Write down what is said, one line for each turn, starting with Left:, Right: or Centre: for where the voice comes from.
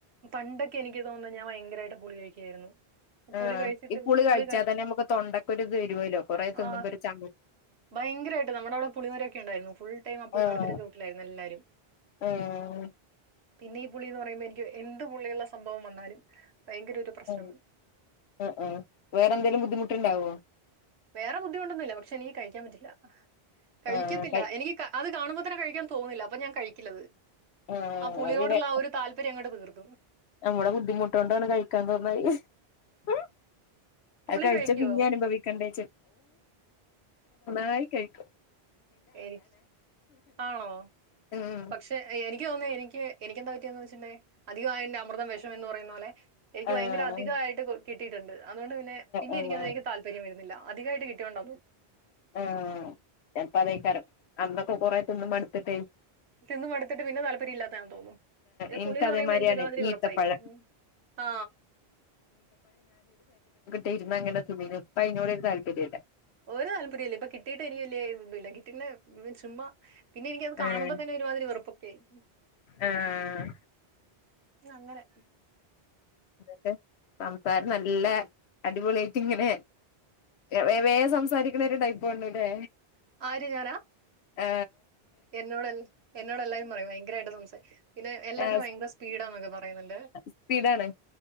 Right: പണ്ടൊക്കെ എനിക്ക് തോന്നുന്നു ഞാൻ ഭയങ്കരമായിട്ട് പുളി <unintelligible> <unintelligible>
Left: ആ
Right: കഴിച്ചിട്ട്
Left: ഈ പുളി കഴിച്ചാൽ
Right: കഴി
Left: തന്നെ നമുക്ക് തൊണ്ടക്കൊ ഒരു ഇത് തരുവല്ലോ കൊറെേ തിുമ്പൊ
Right: ആ
Left: ഒരു ച
Right: ഭയങ്കരമായിട്ട് നമ്മുടെ അവിടെ പുളിമരൊക്കെ ഉണ്ടായിരുന്നു ഫുൾ ടൈം ആ പുളിമരത്തിലൊക്കെ
Left: ആഹ്
Right: വീട്ടിലായിരുന്നു എല്ലാരും
Left: ആഹ്
Right: പിന്നെ ഈ പുള്ളിന്ന് പറയുമ്പോ എനിക്ക് എന്ത്തു പുള്ളിയുള്ള സംഭവം വന്നാലും ഭയങ്കര ഒരു പ്രശ്നമാണ്
Left: മ് മ് മ് വേറെന്തെങ്കലും ബുദ്ധിമുട്ട്ുണ്ടാവോ
Right: വേറെ ബുദ്ധിമുണ്ടൊന്നുമില്ല പക്ഷെ എനിീ കഴിക്കാൻ പറ്റില്ല കഴിക്കത്തില്ല
Left: ആഹ് കൈ
Right: എനിക്ക് ക അത് കാണുമ്പോ തന്നെ കഴിക്കൻ തോുന്നില്ല അപ്പ ഞാൻ കഴിക്കില്ല
Left: ആഹ്
Right: ആ പുളിയോടുള്ള
Left: അത് ലെ
Right: ആ ഒരു താല്പര്യം അങ്ങോട്ട് തീർ <unintelligible>
Left: നമ്മുടെ ബുദ്ധിമുട്ടുകൊണ്ടാണ് കഴിക്കാ തോന്നത് <unintelligible>
Right: പുളി
Left: അത് കഴിച്ച
Right: കഴിക്കുവോ
Left: പിന്നെ അനുഭവിക്കണ്ടേ <unintelligible> <unintelligible> <unintelligible>
Right: എനി ആണോ
Left: ഉം
Right: പക്ഷെ എനിക്ക് തോന്ന എനിക്ക് എനിക്ക് എന്താ വെച്ചിണ്ടേ അധികം അൻന്റെ അമൃതം വിഷം എന്ന് പറയുന്ന പോലെ എനിക്ക്
Left: ആഹ്
Right: ഭയങ്കര അധികയിട്ട് കിട്ടിയിട്ടുണ്ട് അതൊണ്ട് പിന്നെ പിന്നെ
Left: ആഹ്
Right: എനി
Left: ആഹ്
Right: അതിലക്ക് താല്പര്യം <unintelligible> അദികായിട്ട് കിട്ടിയോണ്ട
Left: ആചപ്പ അതേക്കാരം അന്തൊക്കെ കൊറെ മട്ത്തിട്ടേ
Right: തിന്നു മടുത്തിട്ട് പിന്നെ താല്പര്യം ഇല്ലാത്തെയാന്ന് തോന്നുന്നു പിന്നെ
Left: എനിക്ക്
Right: പുളി എന്ന്
Left: അതേമാതിരിയാണ്
Right: പറയുമ്പോ എനിക്കൊരുമാതിരി
Left: ഈത്തപ്പഴം
Right: വെറുപ്പായി ആ
Left: തരുന്ന അങ്ങനെ തുന്നീനു ഇപ്പ അയിനോടൊരു താല്പര്യയില്ല.
Right: ഓരു താല്പര്യയില്ല ഇപ്പൊ കിട്ടീട്ട് എനിക്ക് വല്യ <unintelligible> ചുമ്മാ പിന്നെ എനിക്കത്
Left: ഏഹ്
Right: കാണുമ്പോ തന്നെ ഒരുമാതിരി വെറുപ്പൊക്കെയായി
Left: ആഹ്
Right: അങ്ങനെ
Left: എന്നിട്ട് സംസാരം നല്ല അടിപൊളിയായിട്ട് ഇങ്ങനെ വ വേ സംസാരിക്കണ ഒരു ടൈപ്പാനുല്ലേ
Right: ആര് ഞാനാ
Left: ആ
Right: എന്നോടെല് എന്നോടെല്ലാരും പറയും ഭയങ്കരായിട്ട് സംസാരി പിന്നെ എല്ലാത്തിനും
Left: ആഹ്
Right: ഭയങ്കര സ്പീഡാന്നൊക്കെ പറയുന്നുണ്ട്
Left: സ്പീഡാണ്